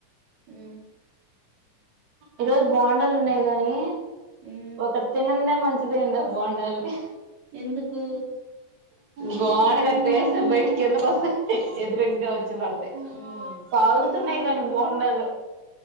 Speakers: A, on the right; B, on the right.
A: హ్మ్
B: ఈరోజు బోండాలు ఉన్నాయి కాగాని
A: హ్మ్
B: ఒకరు తిన్నందే మ మంచిదంద బాగుండాలిని
A: ఎందుకు
B: గోన గట్టేసి బయటికి ఎందుకోసం ఎదురగగావచ్చు వచ్చపడతాయి
A: హ్మ్
B: సాగుతున్నాయి కానీ బోండాలు